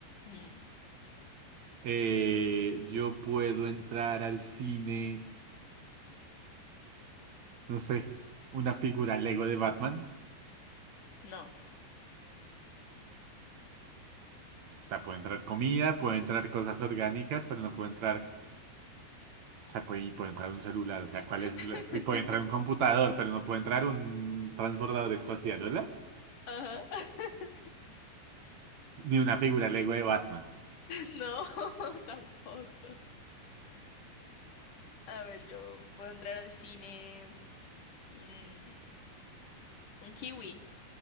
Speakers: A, on the left (about 55°); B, on the right (about 60°).
A: Mm,
B: eh, yo puedo entrar al cine, no sé, una figura Lego de Batman.
A: no.
B: O sea, puede entrar comida, puede entrar cosas orgánicas, pero no puede entrar, o sea, puede, y puede entrar un celular, o sea,
A: <laughs>
B: ¿cuál es la- y puede entrar un computador, pero no puede entrar un transbordador espacial, ¿verdad?
A: Ajá. <laughs>
B: Ni una figura Lego de Batman.
A: No, <laughs> tampoco. A ver, yo puedo entrar al cine. mm, un kiwi,